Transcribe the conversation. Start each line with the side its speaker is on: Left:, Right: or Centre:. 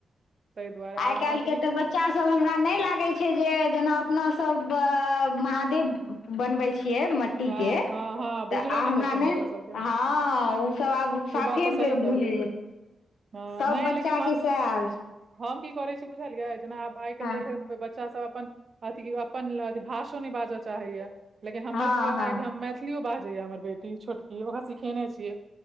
Right: ताहि दुआरे अहाँ
Left: आइ काल्हि
Right: अथी
Left: के
Right: की-
Left: त ब बच्चासब हमरा नहि लागै छै जे जेना अपनासभ महादेव बनबै छियै मिट्टी
Right: हँ
Left: के
Right: हँ हँ बुझलो
Left: तऽ आ हमरा
Right: हेतनि हिनका
Left: नहि
Right: सभके
Left: हँ ओ सब आब साफे
Right: ई बात तऽ सही कहलियै
Left: भूलि
Right: हँ
Left: सब
Right: नहि
Left: बच्चा
Right: लेकिन हम
Left: के स हाल
Right: हम की करै छी बुझलियै जेना आब आइ काल्हि
Left: हँ
Right: देख बच्चा सब अपन अथी अपन भाषो नै बाजल चाहैया लेकिन हमर
Left: हँ
Right: सबके उएहै
Left: हँ
Right: कि हम मैथिलियो बाजैया हमर बेटी छोट कि ओकरा सिखेने छियै